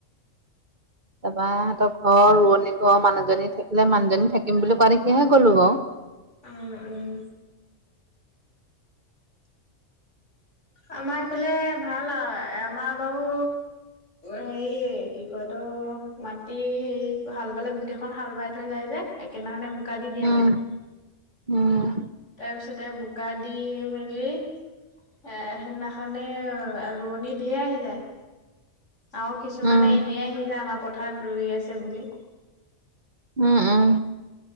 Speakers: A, on the right (about 40°); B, on the left (about 70°).
A: তাৰাপা সিহঁতৰ ঘৰ ৰুৱনী ঘৰ মানুহজনী থাকিলে, মানুহজনী থাকিম বুলি কোৱাৰ দেখিহে গ'লো বাৰু।
B: উম, উম।
A: <inaudible>
B: আমাৰ এইফালে ভাল আৰু আমাৰ বাৰু হেৰি কি কয় এইতো মাটি হাল বালে গোটেইখন হাল বাই থৈ যায় যে একেইদিনাখনে বোকা দি দিয়ে
A: উম
B: মানে।
A: উম।
B: তাৰপিছতে, বোকা দি মেলি। এ হেইদিনাখনে ৰুৱনী ঢেৰ আহি যায়। আৰু কিছুমানে
A: উম
B: এনেই আহি যায়, আমাৰ পথাৰত ৰুই আছে বুলি।
A: উম উম।